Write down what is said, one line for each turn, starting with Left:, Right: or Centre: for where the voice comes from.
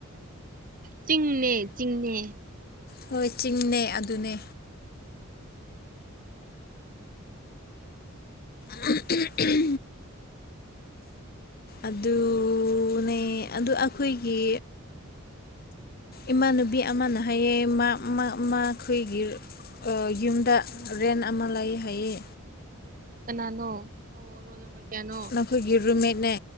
Right: ꯆꯤꯡꯅꯦ ꯆꯤꯡꯅꯦ
Left: ꯍꯣꯏ ꯆꯤꯡꯅꯦ ꯑꯗꯨꯅꯦ <unintelligible> ꯑꯗꯨꯅꯦ ꯑꯗꯨ ꯑꯩꯈꯣꯏꯒꯤ꯫ ꯏꯃꯥꯟꯅꯕꯤ ꯑꯃꯅ ꯍꯥꯏꯌꯦ ꯃꯥ ꯃꯥꯈꯣꯏꯒꯤ꯫ ꯌꯨꯝꯗ ꯔꯦꯟ ꯑꯃ ꯂꯩ ꯍꯥꯏꯌꯦ꯫
Right: ꯀꯅꯥꯅꯣ ꯑꯣ ꯔꯣꯜ ꯅꯝꯕꯔ ꯀꯌꯥꯅꯣ꯫
Left: ꯅꯈꯣꯏꯒꯤ ꯔꯨꯝꯃꯦꯠꯅꯦ꯫